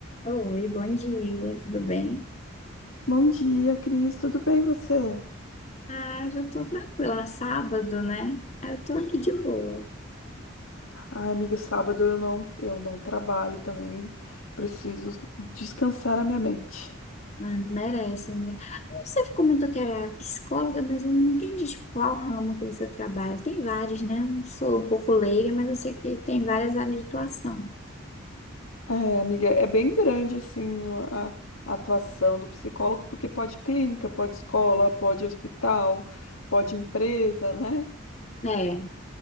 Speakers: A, on the left; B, on the left.
A: Oi, bom dia, tudo bem?
B: Bom dia, Cris. Tudo bem e você?
A: Ah, já tô tranquila, sábado, né? Ah, Eu tô aqui de boa,
B: Ai, amiga, sábado eu não, eu não trabalho também. Preciso descansar a minha mente.
A: Ah, merece, né? Você comentou que era psicóloga, mas eu não entendi, tipo, qual ramo que você trabalha. Tem vários, né? Não sou um pouco leiga, mas eu sei que tem várias áreas de atuação.
B: É, amiga, é bem grande assim a, a atuação do psicólogo, porque pode clínica, pode escola, pode hospital, pode empresa, né?
A: É,